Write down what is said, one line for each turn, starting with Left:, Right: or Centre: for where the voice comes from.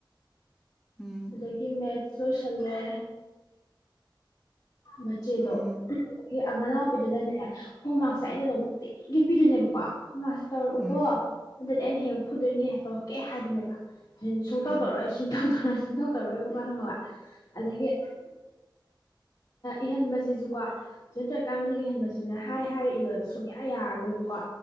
Centre: ꯎꯝ
Left: ꯑꯗꯨꯗꯒꯤ ꯃꯦꯠꯁ ꯂꯣꯏꯁꯜꯂꯦ ꯃꯆꯦꯗꯣ
Centre: ꯎꯝ
Left: ꯃꯅꯥꯎꯄꯤꯗꯨꯅꯅꯦ ꯍꯣꯝꯋꯥꯔꯛꯁꯦ ꯑꯩꯅ ꯅꯨꯡ ꯅꯨꯡꯇꯤꯒꯤ ꯄꯤꯗꯣꯏꯅꯦꯕꯀꯣ ꯍꯣꯝꯋꯥꯛꯁꯦ ꯇꯧꯔꯛꯎꯀꯣ
Centre: ꯎꯝ
Left: ꯅꯠꯇ꯭ꯔꯗꯤ ꯑꯩꯅ ꯍꯌꯦꯡ ꯐꯨꯗꯣꯏꯅꯤ ꯇꯧꯔꯛꯀꯦ ꯍꯥꯏꯗꯣꯢꯅꯦꯕ ꯑꯗꯨꯒ ꯁꯨꯡꯇꯧ
Centre: ꯑꯥ
Left: ꯇꯧꯔꯛꯑꯣꯢ ꯁꯨꯡꯇꯧ ꯇꯧꯔꯛꯑꯣꯢ ꯁꯨꯡꯇꯧ ꯇꯧꯔꯣꯏꯕꯀꯣ ꯈꯪꯉꯥꯕ ꯑꯗꯒꯤ ꯏꯍꯟꯕꯁꯤꯁꯨꯀꯣ ꯇꯨꯏꯁꯟ ꯇꯧꯏꯀꯥꯟ ꯃꯅꯨꯡ ꯏꯍꯟꯕꯁꯤꯁꯨꯅꯦ ꯍꯥꯏ ꯍꯥꯏꯔ ꯏꯌꯨꯁꯦ ꯁꯨꯡꯌꯥ ꯌꯥꯔꯔꯣꯏꯕꯀꯣ